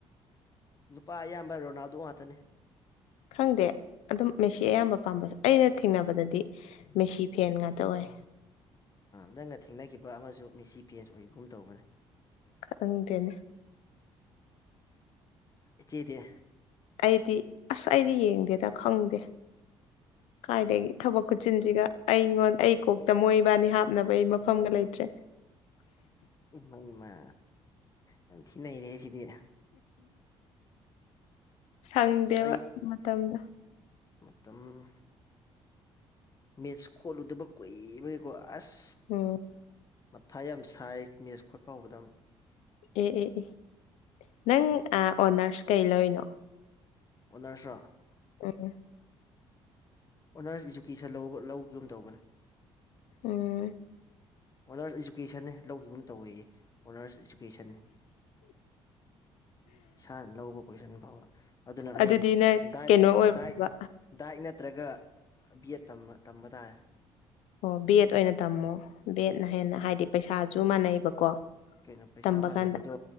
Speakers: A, on the left; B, on the left.
A: ꯅꯨꯄꯥ ꯑꯌꯥꯝꯕ ꯔꯣꯅꯥꯜꯗꯣ ꯉꯥꯛꯇꯅꯦ
B: ꯈꯪꯗꯦ ꯑꯗꯨꯝ ꯃꯦꯁꯤ ꯑꯌꯥꯝꯕ ꯄꯥꯝꯕꯁꯨ ꯑꯩꯅ ꯊꯦꯡꯅꯕꯗꯗꯤ ꯃꯦꯁꯤ ꯐꯦꯟ ꯉꯥꯛꯇ ꯑꯣꯏ
A: ꯅꯪꯅ ꯊꯦꯡꯅꯈꯤꯕ ꯑꯃꯁꯨ ꯃꯦꯁꯤ ꯄꯦꯟꯁ ꯑꯣꯏꯕꯒꯨꯝ ꯇꯧꯕꯅꯦ
B: ꯈꯪꯪꯗꯦꯅꯦ
A: ꯆꯦꯇ
B: ꯑꯩꯗꯤ ꯑꯁ ꯑꯩꯗꯤ ꯌꯦꯡꯗꯦꯗ ꯈꯪꯗꯦ꯫
A: <inaudible>
B: ꯀꯥꯏꯗꯒꯤ ꯊꯕꯛ ꯈꯨꯨꯠꯆꯤꯟꯁꯤꯒ ꯑꯩꯉꯣꯟ ꯑꯩ ꯀꯣꯛꯇ ꯃꯣꯏꯕꯥꯏꯅꯤ ꯍꯥꯞꯅꯕ ꯑꯩ ꯃꯐꯝꯒ ꯂꯩꯇ꯭ꯔꯦ꯫
A: <inaudible> ꯏꯃꯩ ꯃꯥ ꯌꯥꯝ ꯊꯤꯅ ꯅꯩꯔꯦꯍꯦ ꯁꯤꯗꯤ꯫
B: ꯁꯪꯗꯦꯕ
A: ꯑꯁ
B: ꯃꯇꯝꯗꯣ꯫
A: ꯇꯝ ꯃꯦꯠꯁ ꯈꯣꯠꯂꯨꯗꯕ ꯀꯨꯏꯕꯒꯤꯀꯣ ꯑꯁ
B: ꯎꯝ
A: ꯃꯊꯥ ꯌꯥꯝ ꯁꯥꯏ ꯃꯦꯁ ꯈꯣꯠꯄ ꯍꯧꯕꯗ ꯑꯃꯨꯛ
B: ꯑꯦ ꯑꯦ ꯑꯦ ꯅꯪ ꯑꯥ ꯑꯣꯅꯔꯁ ꯀꯩ ꯂꯧꯔꯤꯅꯣ
A: ꯑꯣꯅꯔꯁ ꯔꯣ
B: ꯑꯣ ꯑ
A: ꯑꯣꯅꯔꯁ ꯏꯖꯨꯀꯦꯁꯟ ꯂꯧꯕ ꯂꯧꯕꯗꯨꯝ ꯇꯧꯕꯅꯦ
B: ꯎꯝ
A: ꯑꯣꯅꯔꯁ ꯏꯖꯨꯀꯦꯁꯟꯅꯦ ꯂꯧꯈꯤꯒꯨꯝ ꯇꯧꯋꯌꯦ ꯑꯣꯅꯔꯁ ꯏꯖꯨ ꯄꯦꯁꯟꯅꯦ ꯏꯁꯅ ꯂꯧꯕ ꯀꯣꯏꯁꯟ ꯐꯥꯎꯕ ꯑꯗꯨꯅ
B: ꯑꯗꯨꯗꯤ
A: ꯑꯩ
B: ꯅꯪ
A: ꯗꯥꯏꯠ
B: ꯀꯩꯅꯣ ꯑꯣꯏꯕ
A: ꯗꯥꯏꯠ ꯗꯥꯏꯠ ꯅꯠꯇ꯭ꯔꯒ ꯑ ꯕꯤꯑꯦꯠ ꯇꯝꯃ ꯇꯝꯕ ꯇꯥꯔꯦ
B: ꯑꯣ ꯕꯤꯑꯦꯠ ꯑꯣꯏꯅ ꯇꯝꯃꯣ ꯕꯤꯑꯦꯠꯅ ꯍꯦꯟꯅ ꯍꯥꯏꯗꯤ ꯄꯩꯁꯥꯁꯨ ꯃꯥꯟꯅꯩꯕꯀꯣ
A: ꯀꯩꯅꯣ ꯄꯩꯁꯥ
B: ꯇꯝꯕ
A: ꯃꯥꯟꯅꯕꯗꯣ
B: ꯀꯥꯟꯗ